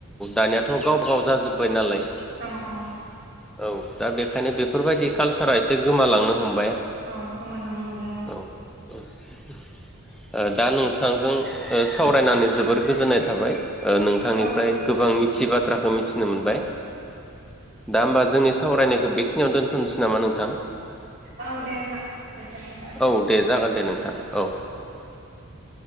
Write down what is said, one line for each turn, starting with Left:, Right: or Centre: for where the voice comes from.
Centre: दानियाथ' गावबा गाव जाजोब्बाय नालाय
Right: औ औ
Centre: औ दा बेखायनो बेफोरबायदि कालसारा एसे गोमालांनो हम
Right: औ गोमालांनो हमबाय
Centre: औ <inaudible> दा नोंथांजों सावरायनानै जोबोर गोजोननाय थाबाय। ओ नोंथांनिफ्राय
Right: औ
Centre: गोबां मिथियै बाथ्राखौ मिथिनो मोनबाय। दा होमबा जोंनि सावरायनायखौ बेखिनियावनो दोनथ'नोसै। नामा नोंथां
Right: औ देे होनबा।
Centre: औ दे जागोन दे नोंथां औ।